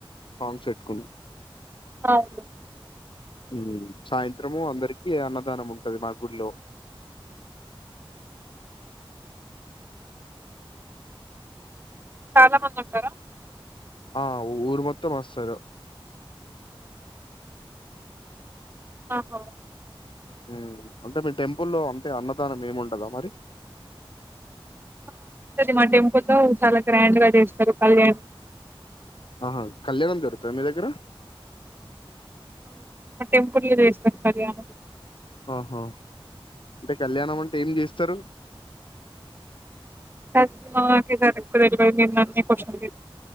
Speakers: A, on the left; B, on the right.
A: సాంగ్స్ పెట్టుకుని
B: అవునా
A: మ్ సాయంత్రము అందరికి ఏ అన్నదానం ఉంటది మా ఊరిలో
B: చాలా మంది ఉంటారా
A: ఆ ఊరు మొత్తం వస్తారు
B: ఆహా
A: మ్ అంటే మీ టెంపుల్లో అంటే అన్నదానం ఏముండదా మరి
B: ఆ, ఉంటది మా టెంపుల్ లో చాలా గ్రాండ్ గా చేస్తారు కళ్యాణ్
A: ఆహా కళ్యాణం జరుపు తా మీ దగ్గర
B: టెంపుల్లో వేస్తా అది ఆ
A: ఆహా అంటే కళ్యాణమండ అంటే ఏం చేస్తారు
B: సార్ మాకే సరిగ్గా తెలువదు మిమ్మల్ని క్వషన్